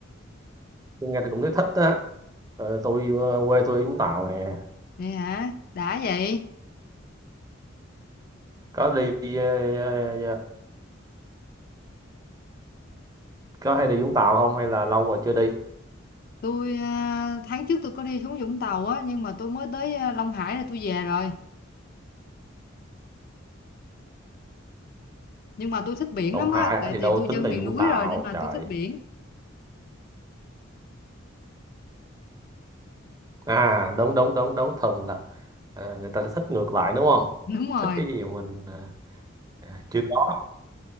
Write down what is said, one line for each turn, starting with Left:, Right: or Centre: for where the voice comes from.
Right: tôi nghe tôi cũng thấy thích á. Ờ, tôi ờ, quê tôi Vũng Tàu nè
Left: Vậy hả? Đã vậy.
Right: có đi ờ, ờ, có hay đi Vũng Tàu không hay là lâu rồi chưa đi
Left: Tôi à, tháng trước tôi có đi xuống Vũng Tàu á nhưng mà tôi mới tới à, Long Hải là tôi về rồi. Nhưng mà tôi thích biển
Right: Đồng
Left: lắm
Right: Hải
Left: á, tại
Right: thì
Left: vì
Right: đâu
Left: tôi
Right: tính
Left: dân
Right: là
Left: miền
Right: Vũng
Left: núi
Right: Tàu
Left: rồi nên là
Right: trời
Left: tôi thích biển.
Right: à đúng đúng đúng đúng thường là à, người ta sẽ thích ngược lại đúng không
Left: đúng rồi
Right: thích cái gì mà mình à, à, chưa có